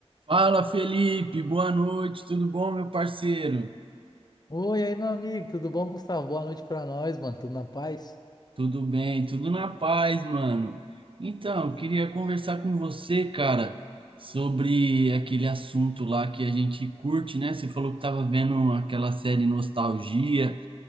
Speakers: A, on the right; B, on the left.
A: Fala, Felipe, boa noite, tudo bom, meu parceiro?
B: Oi, aí, meu amigo, tudo bom, Gustavo? Boa noite pra nós, mano. Tudo na paz?
A: Tudo bem, tudo na paz, mano. Então, queria conversar com você, cara, sobre aquele assunto lá que a gente curte, né? Você falou que tava vendo aquela série Nostalgia